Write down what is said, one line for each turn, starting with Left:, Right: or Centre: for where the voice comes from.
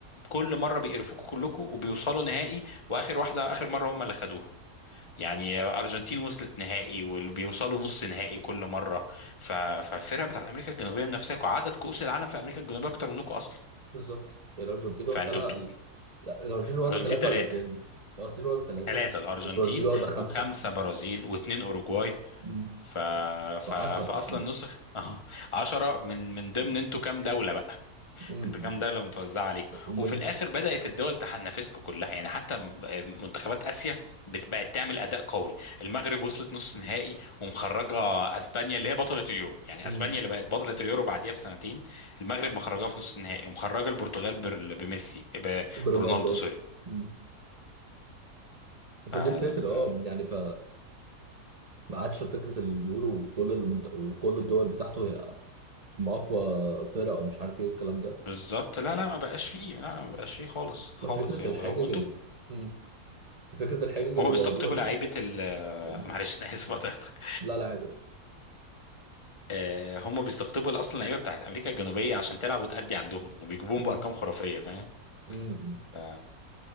Left: كل مره بيقرفوكوا كلكوا وبيوصلوا نهائي واخر واحده اخر مره هم اللي خدوها يعني ارجنتين وصلت نهائي واللي بيوصلوا نص نهائي كل مره ف... فالفرقه بتاعت امريكا الجنوبيه من نفسها وعدد كؤوس العالم في امريكا الجنوبيه اكتر منكم اصلا
Right: بالظبط هي الأرجنتين
Left: فانتوا
Right: واخدة لها
Left: بت...
Right: ال... لا الأرجنتين واخدة
Left: ارجنتين
Right: ثلاثة
Left: ثلاثه
Right: ولا اتنين؟ الأرجنتين واخدة ثلاثة
Left: ثلاثه الارجنتين
Right: البرازيل واخدة خمسة
Left: وخمسه برازيل واثنين اوروجواي
Right: امم
Left: ف... ف...
Right: في 10
Left: فاصلا
Right: امم
Left: نسخ <laughs> 10 من من ضمن انتوا كام دوله بقى
Right: امم
Left: انتوا كام دولة متوزعة عليكم
Right: ومين
Left: وفي الآخر بدأت الدول تنافسكم كلها يعني حتى م- آه، منتخبات آسيا بت- بقت تعمل أداء قوي المغرب وصلت نص نهائي ومخرجة أسبانيا اللي هي بطلة اليورو يعني
Right: امم
Left: أسبانيا اللي بقت بطلة اليورو بعديها بسنتين المغرب مخرجاها في نص النهائي ومخرجة البرتغال بر- بميسي ب-
Right: برونالدو
Left: برونالدو
Right: قصدي
Left: سوري
Right: مم.
Left: فال...
Right: فدي الفكرة اه يعني ف ما عادش فكرة اليورو وكل المنت... وكل الدول بتاعته هي هم أقوى فرق أو مش عارف إيه الكلام ده
Left: بالظبط لا لا ما بقاش فيه لا لا، ما بقاش فيه خالص خالص
Right: ففكرة
Left: يعني
Right: الحجج
Left: هو انتوا
Right: ال... مم. ففكرة الحجج
Left: هما
Right: اللي
Left: بيستقطبوا
Right: بياخدوها دي
Left: لعيبة ال
Right: مم.
Left: <laughs> معلش أنا آسف قطعتك
Right: لا لا عادي
Left: آه، هم بيستقطبوا اصلا اللعيبه بتاعت امريكا الجنوبيه عشان تلعب وتأدي عندهم وبيجيبوهم
Right: مم.
Left: بارقام خرافيه فاهم
Right: مم.
Left: ف...